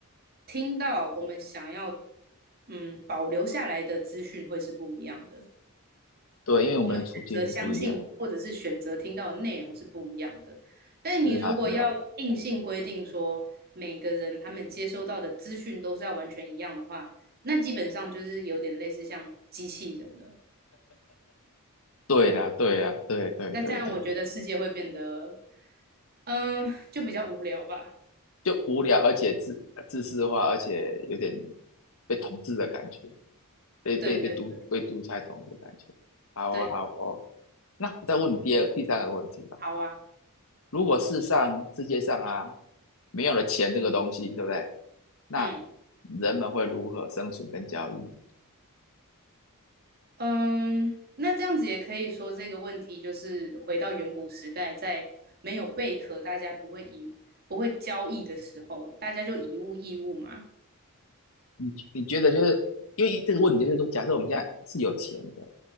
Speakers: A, on the right (about 45°); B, on the left (about 65°).
A: 听到我们想要嗯保留下来的资讯会是不一样的。
B: 对，因为我们的处境不一样，
A: 我们选择相信或者是选择听到的内容是不一样的。但你如果要硬性规定说每个人他们接收到的资讯都是要完全一样的话，
B: 是啊是啊，
A: 那基本上就是有点类似像机器人了。
B: 对啦对啦，对对对对，
A: 那这样我觉得世界会变得，嗯，就比较无聊吧。
B: 就无聊而且自自私化，而且有点被统治的感觉。被被被独被独裁统治的感觉。
A: 对对
B: 好哦，
A: 对，
B: 好哦。那我再问你第二、第三个问题哦。
A: 好啊，
B: 如果世上、世界上啊，没有了钱这个东西，对不对？那
A: 嗯。
B: 人们会如何生存跟交易？
A: 嗯，那这样子也可以说这个问题就是回到远古时代，在没有贝壳，大家不会以不会交易的时候，大家就以物易物嘛。
B: 你你觉得就是因为这个问题，就是说，假设我们现在是有钱的，